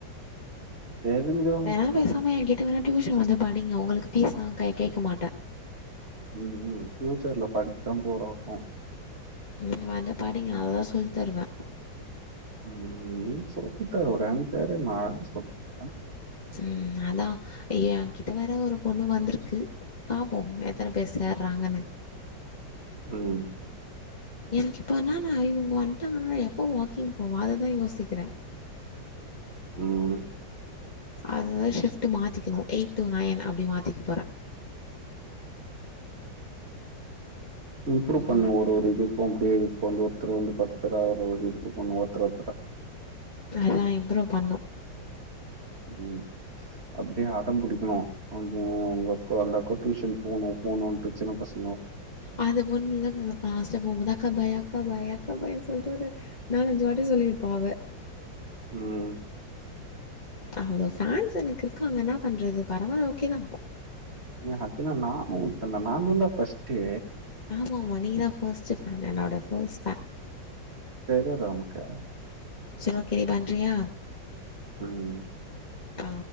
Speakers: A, on the right; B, on the left.
A: தெரிஞ்சு
B: வேணா பேசாம எங்கிட்ட வேணா டியூஷன் வந்து படிங்க உங்களுக் ஃபீஸ்லா கை கேக்க மாட்டே
A: ம் ம் ஃபியூச்சர்ல படிக்த்தா போற அப்போ
B: ம் வந்து படிங்க நல்லாதா சொல் தருவே
A: ம் நீ சொல்லித்தருவடா எனக் தெரியும்மா அதல்லா சொல்லித்தருவ
B: ம் அதா எங்கிட்ட வேற ஒரு பொண்ணு வந்திருக்கு பாபோம் எத்தன பேர் சேர்றாங்கன்னு
A: ம்
B: எனக்கு இப்போ என்னானா இவ்ங்க வந்ட்டாங்கன்னா நா எப்போ வாக்கிங் போவ அததா யோசிக்கிறே
A: ம்
B: அதுதா ஷிஃப்ட் மாத்திக்கணு எயிட் டூ நைன் அப்டி மாத்திக்க போற
A: இம்ப்ரூவ் பண்ணு
B: ம்
A: ஒரு ஒரு இது <unintelligible> கொண்டு ஒருத்தர் வந்து பத்து பேரா ஆவுர வரைக்கு இம்ப்ருவ் பண்ணு ஒருத்தர் ஒருத்தரா
B: அதா இம்ப்ரூவ் பண்ணு
A: ம் அப்டியே அடம் புடிக்கணு வந்தூ அந்த அக்கா அந்த அக்கா ட்யூஷன் போணு போணுன்ட்டு சின்ன பசங்
B: அது ஒன் இல்லதுல்ல பாஸ் ச்ச போம்போது அக்கா பாய் அக்கா பாய் அக்கா பாய்ன் சொல்ட்டு ஒரு நாலஞ்சு வாட்டி சொல்லிருப்பா அவ
A: ம்
B: அவ்ளோ ஃபேன்ஸ் எனக்கு இருக்காங்க என்னா பண்றது பரவால்ல ஓகேதா
A: ஏ ஹப்பினா நானு ஒருத்தன்டா நானுன்டா ஃபர்ஸ்டு
B: ஆமாமா நீங்கதா ஃபஸ்ட்டு ஃபேன் என்னோட ஃபஸ்ட் ஃபே
A: தெரியாதா உன்க்கு
B: சரி ஓகே நீ பண்றியா
A: ம் ம்
B: ஆ